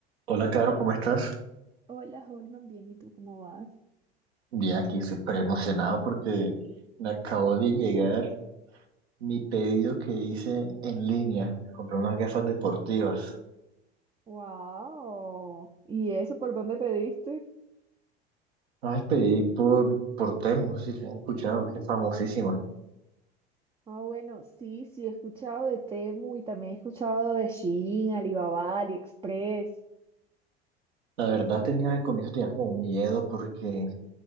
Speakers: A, on the right (about 70°); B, on the right (about 15°).
A: Hola, Caro, ¿cómo estás?
B: Hola, Holman, bien, ¿y tú cómo vas?
A: Bien, aquí súper emocionado porque me acabó de llegar mi pedido que hice en línea. Me compré unas gafas deportivas.
B: Wow. ¿Y eso por dónde pediste?
A: Ay, pedí por, por Temu, no sé si has escuchado, que es famosísima.
B: Ah, bueno, sí, sí, he escuchado de Temu y también he escuchado de Shein, Alibaba, AliExpress.
A: La verdad tenía al comienzo tenía como miedo porque